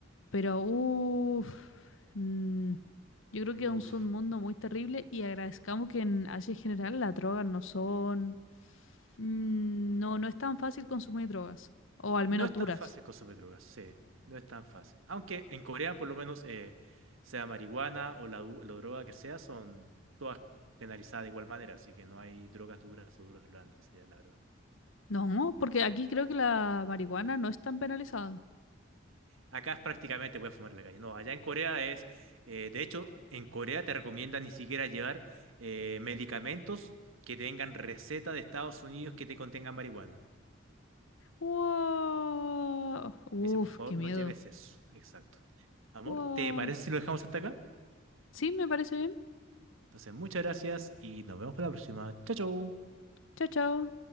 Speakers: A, on the left; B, on the right.
A: pero uff, mm, yo creo que
B: Uf.
A: aún es un mundo muy terrible y agradezcamos que en Asia en general las drogas no son, mm, no, no es tan fácil consumir drogas, o al
B: No
A: menos
B: es
A: duras.
B: tan fácil consumir drogas, sí, no es tan fácil. Aunque en Corea, por lo menos, eh, sea marihuana o la, du- la droga que sea, son todas penalizadas de igual manera, así que no hay drogas duras o drogas blandas allá, la verdad.
A: No, porque aquí creo que la marihuana no es tan penalizada.
B: Acá es prácticamente puedes fumar en la calle. No, allá en Corea es, eh, de hecho, en Corea te recomiendan ni siquiera llevar eh, medicamentos que tengan receta de Estados Unidos que te contengan marihuana.
A: Wow. Uf,
B: Te dicen, por favor,
A: qué
B: no
A: miedo.
B: lleves eso. Exacto. Amor,
A: Wow.
B: ¿te parece si lo dejamos hasta acá?
A: Sí, me parece bien.
B: Entonces, muchas gracias y nos vemos para la próxima. Chao, chao.
A: Chao, chao.